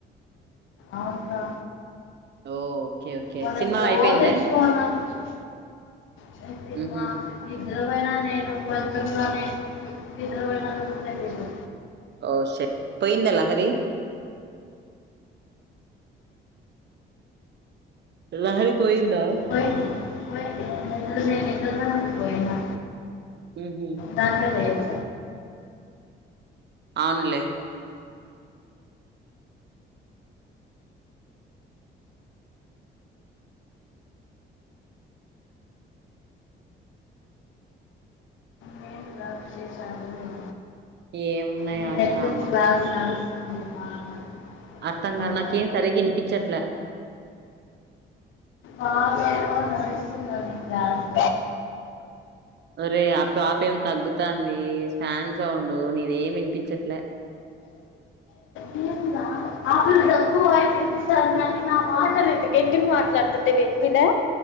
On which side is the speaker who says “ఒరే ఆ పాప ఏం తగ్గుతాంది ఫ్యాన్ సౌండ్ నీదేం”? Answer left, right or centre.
Right